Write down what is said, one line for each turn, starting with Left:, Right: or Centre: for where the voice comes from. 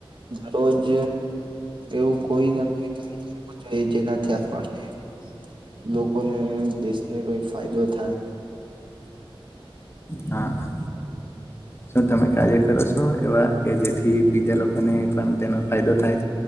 Right: રોજ એવું કોઈ નથી કે, બચાયે જેનાથી આપણને, લોકોને, દેશને કઈક ફાયદો થાય.
Left: <inaudible> હા, શું તમે કાર્ય કરો છો એવા કે જેથી બીજા લોકોને પણ તેનો ફાયદો થાય?